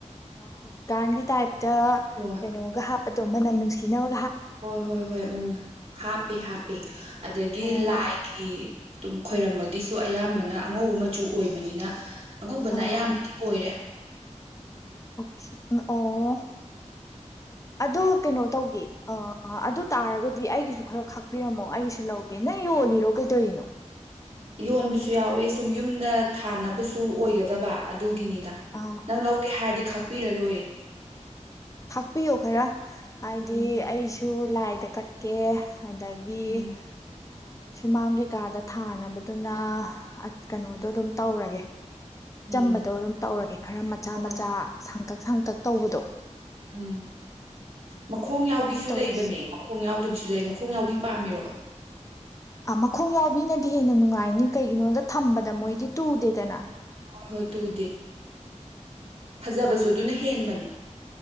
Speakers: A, on the left; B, on the right.
A: ꯍꯧꯖꯤꯛ ꯍꯧꯖꯤꯛꯀꯥꯟꯒꯤ ꯇꯥꯏꯞꯇ
B: ꯍꯣꯏ
A: ꯀꯩꯅꯣꯒ ꯑꯗꯣ ꯃꯅꯝ ꯅꯨꯡꯁꯤꯅꯕ
B: ꯍꯣꯏ ꯍꯣꯏ ꯍꯣꯏ ꯑꯃꯅ ꯍꯥꯞꯄꯤ ꯍꯥꯞꯄꯤ ꯑꯗꯒꯤ
A: ꯑꯣ
B: ꯂꯥꯏꯒꯤ ꯑꯗꯨꯝ ꯈꯣꯏꯔꯝꯕꯒꯤꯁꯨ ꯑꯌꯥꯝꯕꯅ ꯑꯉꯧꯕ ꯃꯆꯨ ꯑꯣꯏꯕꯅꯤꯅ ꯑꯉꯧꯕꯅ
A: ꯑꯥ
B: ꯑꯌꯥꯝꯕꯗꯤ ꯑꯣꯏꯔꯦ
A: ꯑꯣꯀꯦ ꯑꯣ ꯑꯗꯣ ꯀꯩꯅꯣ ꯇꯧꯒꯦ ꯑꯗꯨ ꯇꯥꯔꯒꯗꯤ ꯑꯩꯒꯤꯁꯨ ꯈꯔ ꯈꯥꯛꯄꯤꯔꯝꯃꯣ ꯑꯩꯒꯤꯁꯨ ꯂꯧꯒꯦ ꯅꯪ ꯌꯣꯜꯂꯤꯔꯣ ꯀꯩꯗꯧꯔꯤꯅꯣ
B: ꯌꯣꯟꯕꯁꯨ ꯌꯥꯎꯋꯦ ꯁꯨꯝ ꯌꯨꯝꯗ ꯊꯥꯅꯕꯁꯨ ꯑꯣꯏꯒꯗꯕ ꯑꯗꯨ ꯒꯤꯅꯤꯗ
A: ꯑꯥ
B: ꯅꯪ ꯂꯧꯒꯦ ꯍꯥꯏꯔꯗꯤ ꯈꯥꯛꯄꯤꯔ ꯂꯣꯏꯔꯦ꯫
A: ꯊꯥꯛꯄꯤꯌꯣ ꯈꯔ ꯍꯥꯏꯗꯤ
B: ꯎꯝ
A: ꯑꯩꯁꯨ ꯁꯨ ꯂꯥꯏꯗ ꯀꯠꯀꯦ ꯑꯗꯒꯤ
B: ꯎꯝ
A: ꯑꯥ ꯁꯨꯃꯥꯡ ꯀꯩꯀꯥꯗ ꯊꯥꯅꯕꯗꯨꯅ ꯀꯩꯅꯣꯗꯣ ꯑꯗꯨꯝ ꯇꯧꯔꯒꯦ ꯑꯆꯝꯕꯗꯣ
B: ꯎꯝ
A: ꯑꯗꯨꯝ ꯇꯧꯔꯒꯦ ꯈꯔ ꯃꯆꯥ
B: ꯍꯣꯏ
A: ꯃꯆꯥ
B: ꯍꯣꯏ
A: ꯁꯥꯡꯇꯛ ꯁꯥꯡꯇꯛ ꯇꯧꯕꯗꯣ
B: ꯎꯝ ꯃꯈꯣꯡ ꯌꯥꯎꯕꯤꯁꯨ
A: ꯑꯗꯨ ꯇꯧꯔꯁꯤ
B: ꯂꯩꯕꯅꯦ ꯃꯈꯣꯡ ꯌꯥꯎꯗꯕꯤꯁꯨ ꯂꯩ ꯃꯈꯣꯡ ꯌꯥꯎꯕꯤ ꯄꯥꯝꯃꯤꯔꯣ
A: ꯑꯥ ꯃꯈꯣꯡ ꯌꯥꯎꯕꯤꯅꯗꯤ ꯍꯦꯟꯅ ꯅꯨꯡꯉꯥꯏꯅꯤ ꯀꯩꯒꯤꯅꯣꯗ ꯊꯝꯕꯗ ꯃꯣꯏꯗꯤ ꯇꯨꯗꯦꯗꯅ
B: ꯍꯣꯏ ꯍꯣꯏ ꯇꯨꯗꯦ ꯐꯖꯕꯁꯨ ꯑꯗꯨꯅ ꯍꯦꯟꯕꯅꯤ